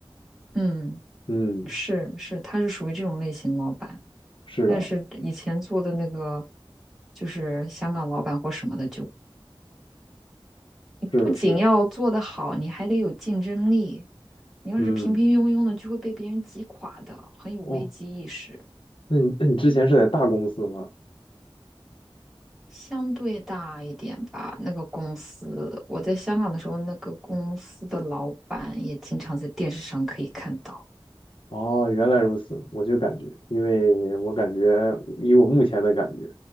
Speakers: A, in the centre; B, on the left.
A: 嗯。
B: 嗯，
A: 是是，他是属于这种类型老板，
B: 是的，
A: 但是以前做的那个就是香港老板或什么的就，你不仅要做得好，
B: 是的，是的，
A: 你还得有竞争力。你要是平平庸庸的，
B: 嗯，
A: 就会被别人挤垮的，很有危机意识。
B: 哦，那你那你之前是在大公司吗？
A: 相对大一点吧，那个公司，我在香港的时候，那个公司的老板也经常在电视上可以看到，
B: 哦，原来如此，我就感觉，因为我感觉以我目前的感觉，